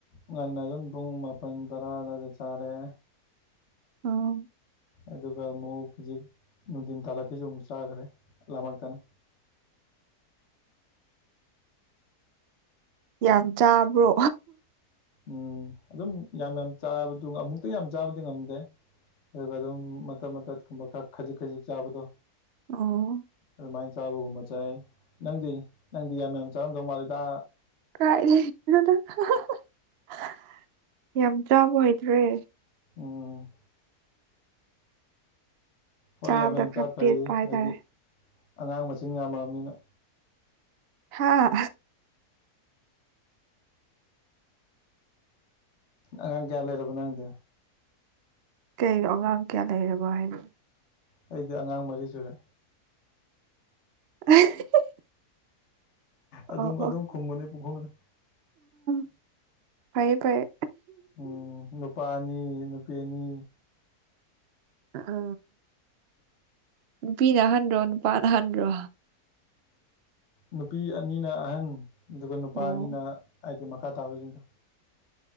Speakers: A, on the left; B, on the right.
A: ꯉꯟꯅ ꯑꯗꯨꯝ ꯄꯨꯡ ꯃꯥꯄꯜ ꯇꯔꯥ ꯑꯗꯨꯋꯥꯏꯗ ꯆꯥꯔꯦ
B: ꯑꯣ
A: ꯑꯗꯨꯒ ꯑꯃꯨꯛ ꯍꯧꯖꯤꯛ ꯅꯨꯡꯊꯤꯟ ꯇꯥꯜꯂꯛꯈꯤꯁꯨ ꯑꯃꯨꯛ ꯆꯥꯈ꯭ꯔꯦ ꯄꯨꯛ ꯂꯥꯝꯃꯛꯇꯅ
B: ꯌꯥꯝ ꯆꯥꯕ꯭ꯔꯣ
A: ꯎꯝ ꯑꯗꯨꯝ ꯌꯥꯝ ꯌꯥꯝ ꯆꯥꯕꯗꯨꯒ ꯑꯃꯨꯛꯇ ꯌꯥꯝ ꯆꯥꯕꯗꯤ ꯉꯝꯗꯦ ꯑꯗꯨꯒ ꯑꯗꯨꯝ ꯃꯇꯠ ꯃꯇꯠ ꯀꯨꯝꯕ ꯈꯖꯤꯛ ꯈꯖꯤꯛ ꯆꯥꯕꯗꯣ
B: ꯑꯣ
A: ꯑꯗꯨꯃꯥꯏ ꯆꯥꯕꯒꯨꯝꯕ ꯆꯥꯏ ꯅꯪꯗꯤ ꯅꯪꯗꯤ ꯌꯥꯝ ꯃꯌꯥꯝ ꯆꯥꯔꯝꯗꯧ ꯃꯥꯜꯂꯤꯗ
B: <inaudible> ꯌꯥꯝ ꯆꯥꯕ ꯑꯣꯏꯗ꯭ꯔꯦ
A: ꯑꯣ ꯍꯣꯏ
B: ꯆꯥꯕꯗ
A: ꯌꯥꯝ ꯌꯥꯝ
B: ꯈꯔ
A: ꯆꯥ ꯐꯩ
B: ꯄꯦꯠꯄ ꯍꯥꯏꯇꯥꯔꯦ
A: ꯍꯥꯏꯗꯤ ꯑꯉꯥꯡ ꯃꯁꯤꯡ ꯌꯥꯝꯃꯛꯑꯕꯅꯤꯅ
B: ꯍꯥꯥ
A: ꯑꯉꯥꯡ ꯀꯌꯥ ꯂꯩꯔꯕ ꯅꯪꯗꯤ
B: ꯀꯩꯅꯣ ꯑꯉꯥꯡ ꯀꯌꯥ ꯂꯩꯔꯕ ꯍꯥꯏꯅꯣ
A: ꯑꯩꯗꯤ ꯑꯉꯥꯡ ꯃꯔꯤ ꯁꯨꯔꯦ
B: <unintelligible>
A: ꯑꯗꯨꯝ
B: ꯑꯣ
A: ꯑꯗꯨꯝ ꯈꯨꯝꯕꯅꯤ ꯄꯨꯈꯨꯝꯗ
B: <inaudible> ꯐꯩꯌꯦ ꯐꯩꯌꯦ
A: ꯎꯝ ꯅꯨꯄꯥ ꯑꯅꯤ ꯅꯨꯄꯤ ꯑꯅꯤ
B: ꯑ ꯅꯨꯄꯤꯅ ꯑꯍꯟꯔꯣ ꯅꯨꯄꯥꯅ ꯑꯍꯟꯔꯣ
A: ꯅꯨꯄꯤ ꯑꯅꯤꯅ ꯑꯍꯟ ꯑꯗꯨꯒ ꯅꯨꯄꯥ
B: ꯑꯣ
A: ꯑꯅꯤꯅ ꯍꯥꯏꯗꯤ ꯃ ꯈꯇꯥꯕꯗꯖꯤꯡꯗꯣ